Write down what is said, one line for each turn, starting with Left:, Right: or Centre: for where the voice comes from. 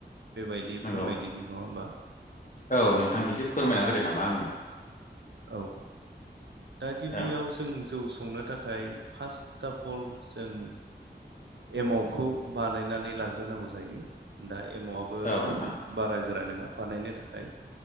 Right: बेबायदि
Left: नंगौ
Right: फोरमायदिनि नङा होमबा।
Left: औ नोंथां एसे फोरमायना होदो नामा आंनो।
Right: औ दा गिबियाव
Left: औ
Right: जों जौ संनो थाखाय फार्स्ट ट फल जों एमावखौ बानायनानै लाग्रोनांगौ जायो दा एमाव आबो
Left: औ नोंथां
Right: बारा गोरा नङा बानायनो थाखाय